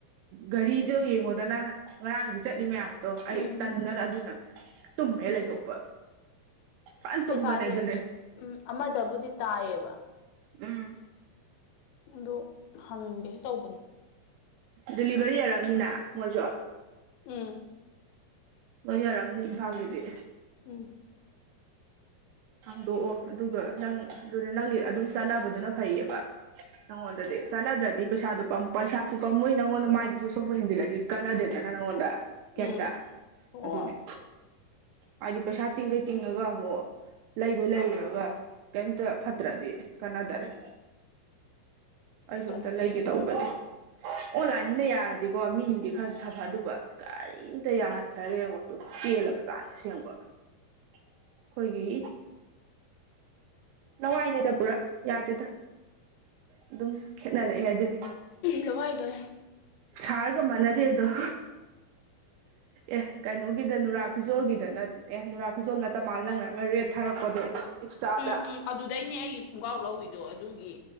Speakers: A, on the right (about 85°); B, on the left (about 85°).
A: ꯒꯥꯔꯤꯗꯣ ꯌꯦꯡꯉꯣꯗꯅ ꯉꯔꯥꯡꯗꯤ ꯆꯠꯂꯤ ꯃꯌꯥꯝꯗꯣ ꯑꯩ
B: ꯎꯝ
A: ꯇꯟꯗꯅ ꯑꯗꯨꯅ ꯇꯨꯝꯃ ꯍꯦꯛ ꯂꯩꯊꯣꯛꯄ ꯐꯖꯅ
B: ꯄꯩꯁꯥꯖꯦ
A: ꯇꯨꯝꯕꯅꯦ ꯑꯗꯨꯅꯦ
B: ꯎꯝ ꯑꯃꯗꯕꯨꯗꯤ ꯇꯥꯏꯌꯦꯕ
A: ꯎꯝ
B: ꯑꯗꯣ ꯍꯪꯒꯦ ꯇꯧꯕꯅꯦ
A: ꯗꯤꯂꯤꯚꯔꯤ ꯌꯥꯔꯝꯅꯤꯅ ꯃꯣꯏꯖꯨ
B: ꯎꯝ
A: ꯂꯣꯏ ꯌꯥꯔꯝꯅꯤ ꯏꯝꯐꯥꯜꯒꯤꯗꯤ
B: ꯎꯝ
A: ꯍꯟꯗꯣꯛꯑꯣ ꯑꯗꯨꯒ ꯅꯪ ꯑꯗꯨꯗꯤ ꯅꯪꯒꯤ ꯑꯗꯨꯝ ꯆꯥꯟꯅꯕꯗꯨꯅ ꯐꯩꯌꯦꯕ ꯅꯪꯉꯣꯟꯗꯗꯤ ꯆꯠꯅꯗ꯭ꯔꯗꯤ ꯄꯩꯁꯥꯗꯣ ꯄꯩꯁꯥꯁꯨ ꯄꯝꯃꯨꯏ ꯅꯪꯉꯣꯟꯗ ꯃꯥꯏꯗꯨꯖꯨ ꯁꯣꯛꯄ ꯍꯦꯟꯖꯤꯜꯂꯗꯤ ꯀꯥꯟꯅꯗꯦꯗꯅ ꯅꯪꯉꯣꯟꯗ ꯀꯦꯝꯇ
B: ꯎꯝ ꯑꯣ
A: ꯑꯗꯨꯅꯦ ꯍꯥꯏꯗꯤ ꯄꯩꯁꯥ ꯇꯤꯡꯒꯩ ꯇꯤꯡꯉꯒ ꯑꯃꯨꯛ ꯂꯩꯒꯣꯏ ꯂꯩꯔꯨꯔꯒ ꯀꯩꯝꯇ ꯐꯠꯇ꯭ꯔꯗꯤ ꯀꯥꯟꯅꯗꯔꯦ
B: ꯎꯝ
A: ꯑꯩꯁꯨ
B: ꯇꯜꯂꯦ
A: ꯑꯝꯇ ꯂꯩꯒꯦ
B: ꯑꯗꯨ
A: ꯇꯧꯕꯅꯦ ꯑꯣꯟꯂꯥꯏꯟꯖꯤꯅ ꯌꯥꯔꯗꯤꯀꯣ ꯃꯤꯖꯤꯡꯖꯤ ꯈꯔꯁꯨ ꯁꯥꯐ ꯗꯨꯕ ꯀꯔꯤꯝꯇ ꯌꯥꯍꯟꯗꯔꯦ ꯌꯦꯡꯉꯣ ꯄꯦꯜꯂꯕ ꯖꯥꯠꯅꯤ ꯑꯁꯦꯡꯕ ꯑꯩꯈꯣꯏꯒꯤ ꯂꯋꯥꯏꯅꯤꯗ ꯄꯨꯔꯥ ꯌꯥꯗꯦꯗ ꯑꯗꯨꯝ ꯈꯦꯠꯅꯔꯛꯑꯦ ꯍꯥꯏꯅꯤ
B: ꯂꯕꯥꯒ
A: ꯍꯒ ꯃꯅꯗꯤ ꯑꯗꯨꯣ ꯑꯦ ꯀꯩꯅꯣꯒꯤꯗ ꯅꯨꯔꯥ ꯐꯤꯖꯣꯜꯒꯤꯗꯅ ꯑꯦ ꯅꯨꯔꯥ ꯐꯤꯖꯣꯜ ꯅꯠꯇ ꯃꯥꯜ ꯅꯪꯅ ꯑꯃ ꯔꯦꯠ ꯊꯥꯔꯛꯄꯗꯣ ꯏꯟꯁꯇꯥꯗ
B: ꯎꯝ ꯎꯝ ꯑꯗꯨꯗꯩꯅꯦ ꯑꯩꯒꯤ ꯈꯣꯡꯒ꯭ꯔꯥꯎ ꯂꯧꯋꯗꯣ ꯑꯗꯨꯒꯤ